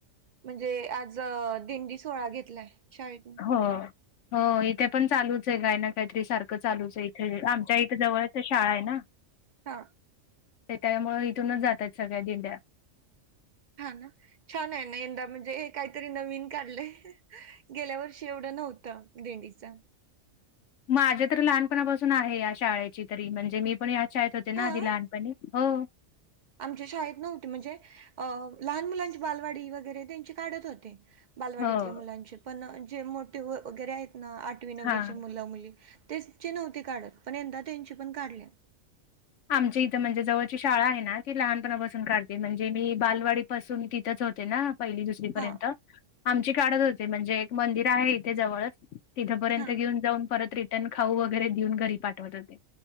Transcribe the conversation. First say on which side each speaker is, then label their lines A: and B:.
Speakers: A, on the right; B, on the left.
A: म्हणजे आज दिंडी सोहळा घेतलाय शाळेत.
B: हो हो, इथे पण चालूच आहे काय ना काहीतरी सारखं चालूच आहे इथे, आ च्या इथं जवळच्या शाळा आहे ना
A: हा.
B: ते त्यामुळे इथूनच जातात सगळ्या दिंड्या.
A: हा ना, छान आहे ना, यंदा म्हणजे काहीतरी नवीन काढलय. गेल्या वर्षी एवढं नव्हतं, दिंडीच‌.
B: माझ्या तर लहानपणापासून आहे या शाळेची तरी, म्हणजे मी पण यात शाळेत होते ना
A: हा
B: आधी लहानपणी, हो
A: आमच्या शाळेत नव्हती, म्हणजे अ लहान मुलांची बालवाडी वगैरे त्यांची काढत होते‌. बालवाडीतल्या
B: हो.
A: मुलांचे, पण जे मोठे वगैरे आहेत ना आठवी नववीचे
B: हां.
A: मुलं मुली तेंची नव्हती काढत, पण यंदा त्यांची पण काढली
B: आमची इथं म्हणजे जवळची शाळा आहे ना, ती लहानपणापासून काढते, म्हणजे मी बालवाडीत पासून तिथंच होते ना, पहिली दुस री पर्यंत,
A: हां,
B: आमची काढत होते, म्हणजे एक मंदिर आहे इथे जवळच तिथंपर्यंत
A: हां.
B: घेऊन जाऊन परत रिटर्न खाऊ वगैरे देऊन घरी पाठवत होते.